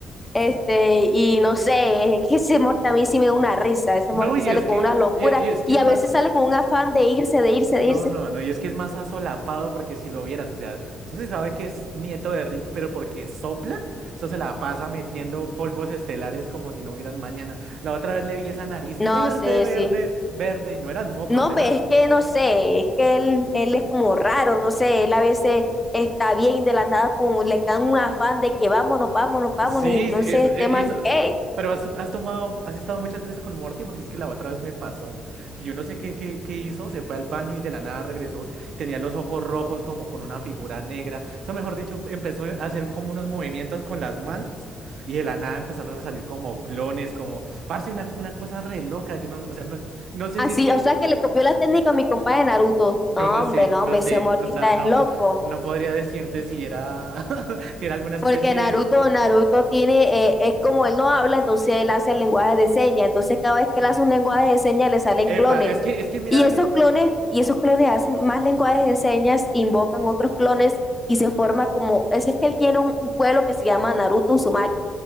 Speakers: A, on the left (about 20°); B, on the right (about 65°).
A: este, y no sé, es que ese Morty a mí sí me da una risa, ese
B: No,
A: Morty
B: y
A: sale
B: es
A: con
B: que,
A: una locura
B: y, y es que
A: y
B: es
A: a
B: más,
A: veces sale con un afán de irse, de irse,
B: no,
A: de irse.
B: no, no, y es que es más asolapado porque si lo vieras, o sea, eso se sabe que es nieto de Rick, pero porque sopla, eso se la pasa metiendo polvos estelares como si no hubieran mañana. La otra vez le vi esa nariz
A: No
B: verde,
A: sé,
B: verde,
A: sí.
B: verde, y no eran mocos,
A: No, hombre,
B: era
A: es que no sé, es que él, él es como raro, no sé, él a veces está bien de la nada como le cae un afán de que vámonos, vámonos, vámonos,
B: Sí,
A: y entonces
B: sí, es,
A: este
B: eh,
A: man,
B: y eso-
A: ¿qué?
B: pero has, has tomado, has estado muchas veces con Morty porque es que la otra vez me pasó que yo no sé qué, qué, qué hizo, se fue al baño y de la nada regresó, tenía los ojos rojos como con una figura negra, eso mejor dicho, empezó a hacer como unos movimientos con las manos y de la nada empezaron a salir como clones, como, parce, una, una cosa re loca, yo no, o sea, no, no sé
A: Así,
B: si es que,
A: o sea que le copió la técnica a mi compa de Naruto. No,
B: yo no
A: hombre,
B: sé,
A: no,
B: no
A: hombre,
B: sé,
A: ese mortista
B: o sea, no,
A: es loco.
B: no podría decirte si era, <laughs> si era alguna especie...
A: Porque Naruto,
B: de...
A: Naruto tiene, eh, es como él no habla, entonces él hace el lenguaje de señas. Entonces cada vez que él hace un lenguaje de señas le salen
B: Epa,
A: clones.
B: es que, es que mira
A: Y esos
B: que
A: clones, y esos clones hacen más lenguajes de señas, invocan otros clones y se forma como, es, es que él tiene un, un pueblo que se llama Naruto Uzumaki.